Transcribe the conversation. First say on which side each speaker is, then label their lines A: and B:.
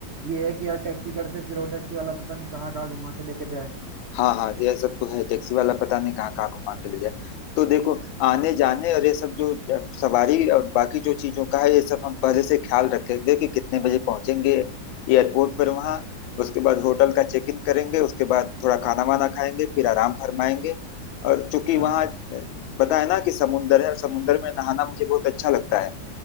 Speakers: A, on the right; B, on the left.
A: ये है कि यार टैक्सी करते फिर वो टैक्सी वाला पता नहीं कहाँ कहाँ घुमा के लेके जाए
B: हाँ हाँ यह सब तो है टैक्सी वाला पता नहीं कहाँ कहाँ घुमा के ले जाए तो देखो आने जाने और ये सब जो ज- सवारी और बाकी जो चीजों का है ये सब हम पहले से ख्याल रखेंगे कि कितने बजे पहुंचेंगे एयरपोर्ट पर वहाँ
A: हाँ
B: उसके बाद होटल का चेक इन करेंगे उसके बाद थोड़ा खाना वाना खाएंगे फिर आराम फरमाएंगे और चूंकि
A: हाँ
B: वहाँ अ, पता है ना कि समुंदर है और समुंदर में नहाना मुझे बहुत अच्छा लगता है